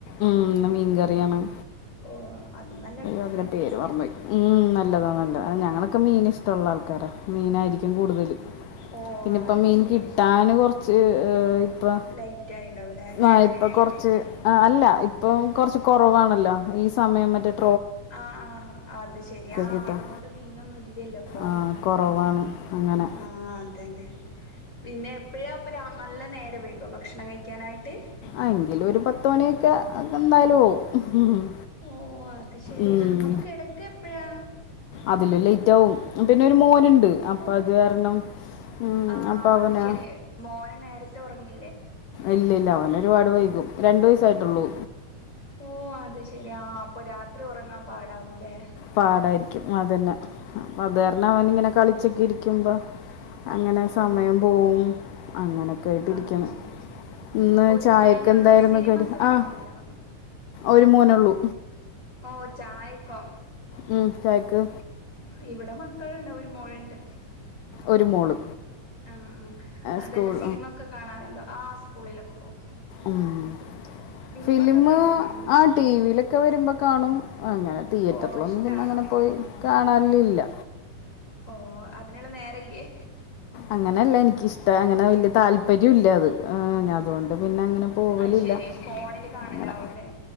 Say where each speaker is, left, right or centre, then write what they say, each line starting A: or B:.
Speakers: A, on the left; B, on the left.
A: ഉം ഇന്ന് മീൻകറിയാണ്-
B: ഓഹ് അല്ല-
A: അതിൻന്റെ പേര് മറന്ന് പോയി മ് നല്ലതാണ് നല്ലത ആഹ് ഞങ്ങളൊക്കെ മീൻഷ്ടമൊള്ള ആളാ- ക്കാര മീനായിരിക്കും കൂടുതല്
B: ഓ
A: പിന്നെപ്പം
B: അത്
A: മീന്
B: ശരി
A: കിട്ടാന് കൊറച്ച്- ഇപ്പം
B: ലൈറ്റ് ആയിണ്ടാവൂലേ നേരം
A: ആഹ് ഇപ്പം
B: വൈകിയാ
A: കൊറച്ച്- ആഹ് ഇപ്പം കൊറച്ച് കൊറവാണല്ലോ ഈ സമയം മറ്റ് -
B: ആഹ് ആഹ് അത് ശെരി ആ
A: കിട്ടാൻ
B: അതുകൊണ്ട് മീനൊന്നും ഇല്ലല്ലോപ്പൊ-
A: ആ കുറവാണ് അങ്ങനെ
B: ആഹ് അതന്നെ പിന്നെ എപ്പഴാ നല്ല നേരം വൈകോ ഭക്ഷണം കഴിക്കാനായിട്ട്-
A: ആഹ് എങ്കിലും ഒരു പത്തുമണിയൊക്കെ എന്തായാലും ആവും-
B: ഓ അത് ശെരി
A: ഉം
B: അപ്പൊ കിടക്ക എപ്പഴാ
A: അതിലും ലേറ്റാവും- പിന്നെ ഒരു മോനണ്ട് അപ്പൊ
B: ഓ
A: അത് കാരണം-
B: ആഹ്
A: അപ്പം അവന്
B: അത്ശെരി മോന് നേരത്തെ ഉറങ്ങി-
A: ഇല്ല ഇല്ല അവന് ഒരുപാട് വൈകും രണ്ട് വയസ്സായിട്ടുള്ളൂ.
B: ഓഹ് അത്ശരി ആ അപ്പ രാത്രി ഒറങ്ങാൻ പാടാവൂല്ലേ.
A: പാടായിരിക്കും അതന്നെ അപ്പത് കാരണം
B: ആ
A: അവനിങ്ങനെ
B: അത്
A: കളിച്ചൊക്കിരിക്കുമ്പോ
B: ശെരി
A: അങ്ങനെ സമയം
B: ഓ
A: പോവും അങ്ങനൊക്കെ ആയിട്ട്
B: ആ
A: ഇരിക്കണ്.
B: അത് ശെരി
A: ഇന്ന്
B: ഒരു
A: ചായക്ക്
B: മോനന്നെ ഉള്ളൂ
A: എന്തായിരുന്നു
B: സിനിമ
A: കടി,
B: ഒക്കെ കാണലുണ്ടോ
A: ആഹ് ഒരു മോനള്ളൂ.
B: ഓഹ് ചായക്കോ
A: ഉം, ചായക്ക്
B: ഇവിടെ മ ക്കളുണ്ടോ ഒരു മോള്ണ്ട്.
A: ഒരു മോള്.
B: ആഹ് ആഹ് അതെല്ലാ
A: സ്കൂൾ
B: സിനിമൊക്കെ കാണാറുണ്ടോ ആ സ്കൂളിലൊക്കെ പോകും.
A: മ്
B: സിനിമ
A: ഫിലിമ്
B: ഒക്കെ കാണാറുണ്ടോ
A: ആ ടി വിലൊക്കെ വരുമ്പ കാണും, അങ്ങനെ തിയേറ്ററിലൊന്നും
B: ഓ ഇഷ്ടാണോ
A: പിന്നങ്ങനെ പോയി കാണാലില്ല.
B: ഓഹ് അതിനുള്ള നേരല്ല്യേ?
A: അങ്ങനെല്ല എനിക്കിഷ്ട അങ്ങനെ വല്യ താല്പര്യം ഇല്ല അത്. ഏ
B: ആഹ്
A: ഞാ അതുകൊണ്ട് പിന്നങ്ങനെ പോവലില്ല,
B: അത് ശെരി ഫോണില് കാണലാവൂല്ലേ
A: അങ്ങനെ.